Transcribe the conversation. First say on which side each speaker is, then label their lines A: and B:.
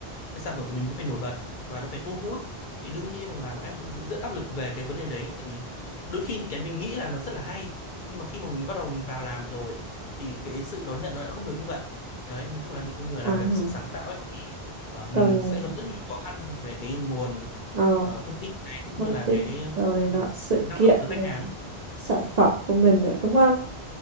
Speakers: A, on the left; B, on the right.
A: cái sản phẩm của mình nó phải nổi bật và nó phải thu hút thì đương nhiên là, là bọn em cũng rất, rất áp lực về cái vấn đề đấy tại vì đôi khi những cái mình nghĩ là nó rất là hay nhưng mà khi mà mình bắt đầu mình vào làm rồi thì cái sự đón nhận nó lại không được như vậy đấy nói chung là những cái người
B: à
A: làm về cái sự sáng tạo ấy thì ờ, mình
B: còn
A: sẽ gặp rất nhiều khó khăn về cái nguồn
B: ờ
A: ờ, thông tin này cũng
B: thông
A: như là
B: tin
A: cái,
B: đồ này nọ
A: ừ,
B: sự
A: cái năng
B: kiện
A: lượng từ
B: này,
A: khách hàng ấy
B: sản phẩm của mình nữa đúng không